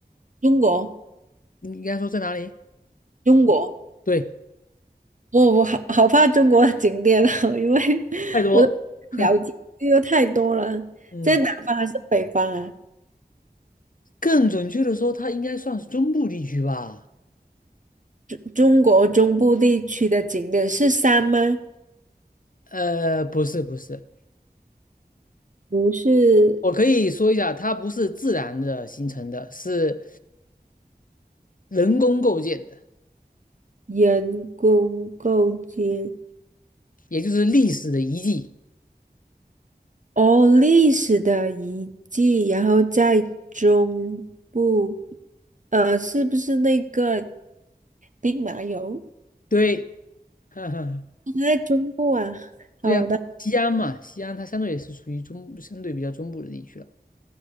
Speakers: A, on the right; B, on the left.
A: 中国，
B: 你应该说在哪里？
A: 中国，
B: 对，
A: 我我好好怕中国的景点哦，因为 <laughs>
B: 泰多，
A: 我都不了解，
B: <laughs>
A: 因为太多了。
B: 嗯，
A: 在南方还是北方啊？
B: 更准确的说，它应该算是中部地区吧。
A: 中中国中部地区的景点是山吗？
B: 呃，不是不是，
A: 不是
B: 我可以说一下，它不是自然的形成的，是人工构建的，
A: 人工构建
B: 也就是历史的遗迹。
A: 哦，历史的遗迹，然后在中部，呃，是不是那个兵马俑？
B: 对，<laughs> 哈哈，
A: 它在中部啊。
B: 对呀、
A: 好的，
B: 西安嘛，西安它相对也是属于中，相对比较中部的地区了。